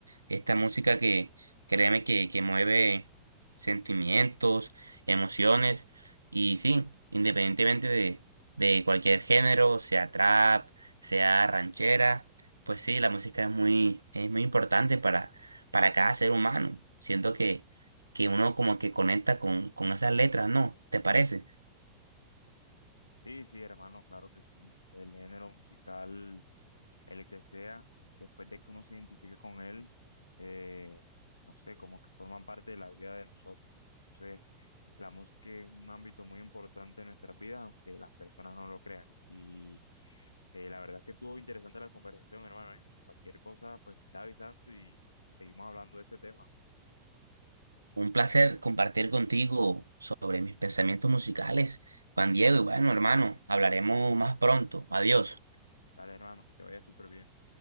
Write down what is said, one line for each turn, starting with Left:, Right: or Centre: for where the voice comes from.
Right: Esta música que créeme que, que mueve sentimientos, emociones y sí, independientemente de, de cualquier género, sea trap, sea ranchera, pues sí, la música es muy, es muy importante para, para cada ser humano. Siento que, que uno como que conecta con, con esas letras, ¿no? ¿Te parece?
Left: Sí, sí, hermano, claro que sí. El género musical el que sea, después de que uno se identifique con él, eh, no sé, como que forman parte de la vida de nosotros. Entonces, la música es un ámbito muy importante en nuestras vidas, aunque las personas no lo crean. Y eh, la verdad es que estuvo interesante la conversación, hermano. y Cualquier cosa, pues me está avisando y seguimos hablando de este tema.
Right: Un placer compartir contigo sobre mis pensamientos musicales, Juan Diego, y bueno, hermano, hablaremos más pronto. Adiós.
Left: Dale, hermano, que te vaya súper bien.